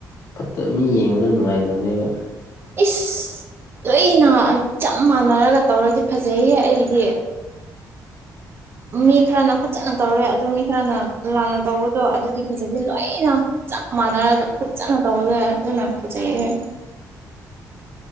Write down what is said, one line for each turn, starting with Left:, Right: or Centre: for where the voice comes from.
Left: ꯐꯠꯇ ꯃꯤ ꯌꯦꯡꯕꯗ ꯅꯨꯡꯉꯥꯏꯗꯕꯅꯦꯕ
Right: ꯏꯁ ꯂꯣꯏꯅ ꯆꯞ ꯃꯥꯟꯅꯔꯒ ꯇꯧꯔꯗꯤ ꯐꯖꯩꯌꯦ ꯑꯩꯒꯤꯗꯤ ꯃꯤ ꯈꯔꯅ ꯐꯠꯖꯅ ꯇꯧꯔꯦ ꯑꯗꯨ ꯃꯤ ꯈꯔꯅ ꯂꯥꯟꯅ ꯇꯧꯕꯗꯣ ꯑꯗꯨꯗꯤ ꯐꯖꯗꯦ ꯂꯣꯏꯅ ꯆꯞ ꯃꯥꯟꯅꯔꯒ ꯐꯠꯖꯅ ꯇꯧꯕꯗꯣ ꯑꯗꯨꯅ ꯐꯖꯩꯌꯦ